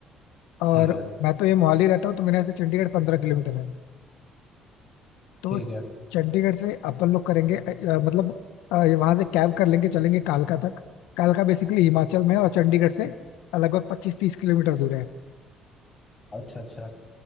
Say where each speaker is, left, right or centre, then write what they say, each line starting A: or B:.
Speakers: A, on the left; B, on the left.
A: और
B: ठीक है
A: मैं तो ये मोहाली रहता हूँ तो मेरे यहाँ से चंडीगढ़ पंद्रह किलोमीटर है तो
B: ठीक है
A: चंडीगढ़ से अपन लोग करेंगे अ, अ, मतलब अ, वहाँ से कैब कर लेंगे चलेंगे कालका तक कालका बेसिकली हिमाचल में है और चंडीगढ़ से लगभग पच्चीस तीस किलोमीटर दूर है
B: अच्छा अच्छा